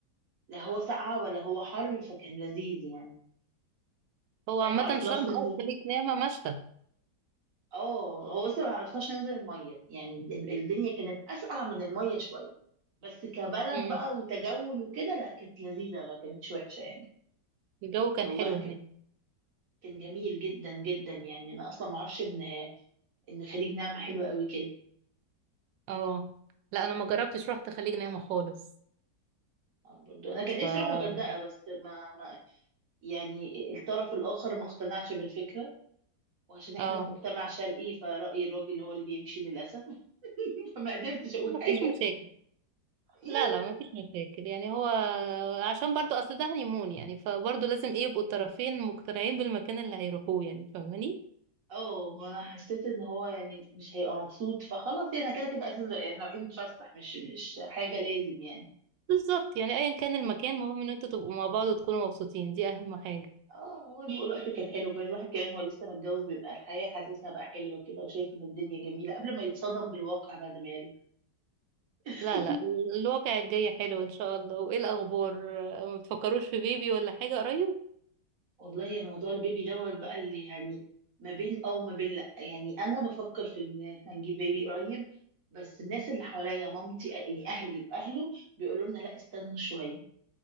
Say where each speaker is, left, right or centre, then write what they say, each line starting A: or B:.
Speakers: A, on the right; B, on the right.
A: لا هو ساقعة ولا هو حر فكان لذيذ يعني
B: هو عامة
A: احنا ما عرفناش
B: شرم
A: ننزل
B: أو خليج نعمة مشتى
A: اه هو بس ما عرفناش ننزل الميه يعني ال- الدنيا كانت اسقع من الميه شويه بس كبلد
B: مم.
A: بقى وتجول وكده لا كانت لذيذه ما كانتش وحشه يعني
B: الجو كان
A: جوها
B: حلو
A: كان
B: هناك
A: كان جميل جدا جدا يعني انا اصلا ما اعرفش ان ان خليج نعمه حلوه قوي كده
B: اه لا أنا ما جربتش رحت خليج نعمة خالص
A: آه، برضو انا كان نفسي
B: ف
A: اروح الغردقه بس ما, ما يعني الطرف الاخر ما اقتنعش بالفكره وعشان احنا
B: اه
A: في مجتمع شرقي فرأي الراجل هو اللي بيمشي للاسف <laughs> فما قدرتش اقول
B: ما
A: حاجه
B: فيش مشاكل
A: يعني.
B: لا لا ما فيش مشاكل يعني هو عشان برضو أصل ده هانيمون يعني فبرضو لازم ايه يبقوا الطرفين مقتنعين بالمكان اللي هيروحوه يعني فاهماني؟
A: اه ما انا حسيت ان هو يعني مش هيبقى مبسوط فخلاص يعني كده كده اساسا احنا رايحين نتفسح مش مش حاجه لازم يعني
B: بالظبط يعني ايا كان المكان المهم ان انتوا تبقوا مع بعض وتكونوا مبسوطين دي اهم حاجة
A: اه هو الم- الوقت كان حلو كمان الواحد كمان هو لسه متجوز بيبقى الحياه حاسسها بقى حلوه كده وشايف ان الدنيا جميله قبل ما يتصدم بالواقع بعد ما يرجع <laughs>
B: لا لا ال- الواقع الجاي حلو ان شاء الله وايه الاخبار آه، ما بتفكروش في بيبي ولا حاجة قريب
A: والله يا موضوع البيبي دوت بقى اللي يعني ما بين اه وما بين لا يعني انا بفكر في ان احنا نجيب بيبي قريب بس الناس اللي حواليا مامتي يعني اهلي واهله بيقولوا لنا لا استنوا شويه